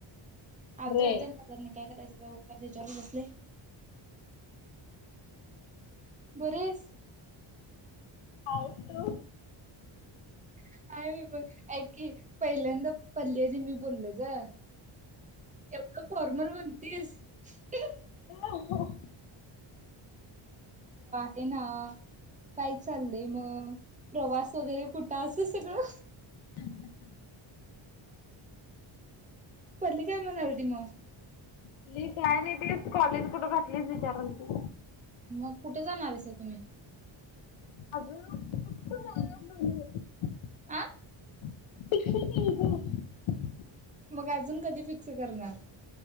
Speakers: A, on the right; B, on the left.
A: आर्द्र
B: रे
A: येत नाही त्यां काय करायचं तेढयलू प बरीस
B: आयतो
A: <unintelligible> मी पण ऐक की पहिल्यांदा पल्लीजी मी बोलल गं. एवढं फॉर्मल म्हणतीस? <unintelligible>
B: हो.
A: ते ना काय चाललंय मग, प्रवास वगैरे कुठं असं सगळं
B: <inaudible>
A: पल्ली काय म्हणालती मग?
B: <unintelligible> काय नई तेच कॉलेज कुठं घाटलीस विचारल ती.
A: मग कुठे जाणार आहेसा तुम्ही?
B: अग नुसत बोलण <unintelligible>
A: आ?
B: <unintelligible>
A: मग अजून कधी फिक्स करणार?